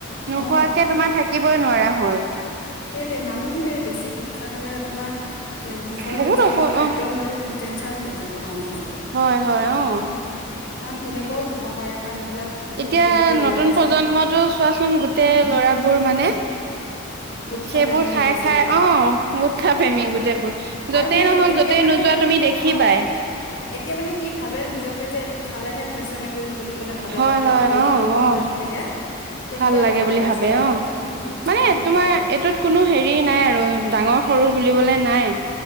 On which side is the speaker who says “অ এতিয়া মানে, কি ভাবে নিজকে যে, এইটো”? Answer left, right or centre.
Left